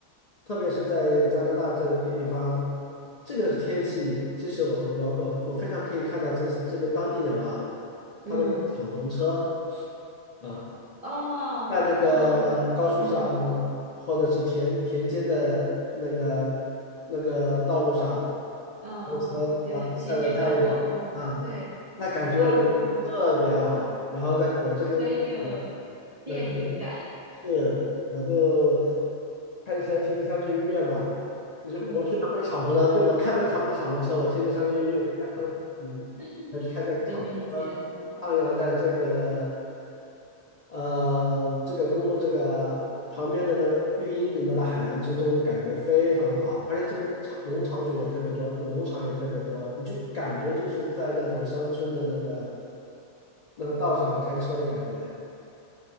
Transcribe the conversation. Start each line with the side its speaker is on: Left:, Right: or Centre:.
Left: 特别是在加拿大这个地方，这个天气，其实我我我我非常可以看到这这边当地人啊，他们开着敞篷车
Right: 嗯，
Left: 啊。
Right: 哦哦，
Left: 在那个高速上
Right: 嗯
Left: 或者是田田间的那个那个道路上
Right: 嗯嗯，
Left: 开车，
Right: 对，
Left: 然后晒着太阳
Right: 田间小路，嗯，
Left: 啊，
Right: 对，
Left: 那感觉我觉得特别好。
Right: 哇，嗯，
Left: 然后在我这边就
Right: 很有电影感，
Left: 那个是，我就开着车听乡村音乐嘛，就是我虽然不是敞篷的，
Right: 嗯，
Left: 就我看到他们的敞篷车，我听着乡村音乐就感觉嗯，
Right: <laughs>
Left: 开在敞篷
Right: 的理解，嗯。
Left: 徜徉在这个。呃，这个公路这个旁边的那个绿荫里面的海洋之中的感觉非常好，而且这边场农场主也特别多，农场也特别多，你就感觉就是在那种乡村的那个那个道上开车的感觉。